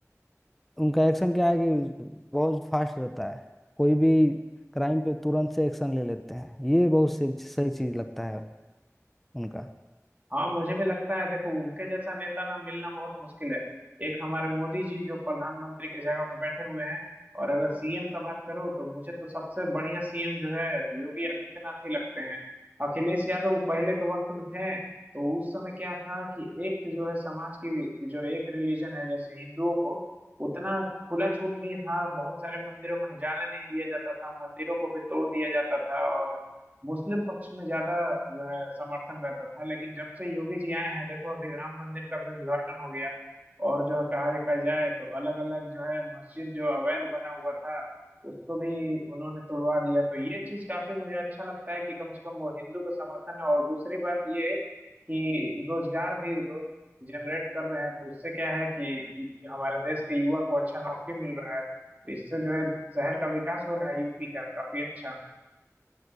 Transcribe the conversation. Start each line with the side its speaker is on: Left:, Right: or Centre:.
Centre: उनका एक्शन क्या है कि बहुत फास्ट रहता है कोई भी क्राइम पे तुरंत से एक्शन ले लेते हैं ये बहुत सही सही चीज लगता है उनका
Right: हाँ मुझे भी लगता है देखो उनके जैसा नेता ना मिलना बहुत मुश्किल है एक हमारे मोदी जी जो प्रधानमंत्री की जगह पर बैठे हुए हैं और अगर सीएम का बात करो तो मुझे तो सबसे बढ़िया सीएम जो है योगी आदित्यनाथ ही लगते हैं अखिलेश यादव पहले के वक्त में थे तो उस समय क्या था कि एक जो है समाज की जो एक रिलीजन है जैसे हिंदुओं को उतना खुला छूट नहीं था बहुत सारे मंदिरों में जाने नहीं दिया जाता था मंदिरों को भी तोड़ दिया जाता था और मुस्लिम पक्ष में ज्यादा जो है समर्थन रहता था लेकिन जब से योगी जी आए हैं देखो अभी राम मंदिर का भी उद्घाटन हो गया और जो कहा देखा जाए तो अलग अलग जो है मस्जिद जो अवैध बना हुआ था उसको भी उन्होंने तोड़वा दिया तो ये चीज काफी मुझे अच्छा लगता है कि कम से कम वो हिंदू का समर्थन है और दूसरी बात ये कि रोजगार भी रोज जनरेट कर रहे हैं तो उससे क्या है कि हमारे देश के युवा को अच्छा नौकरी मिल रहा है तो इससे जो है शहर का विकास हो रहा है यूपी का काफी अच्छा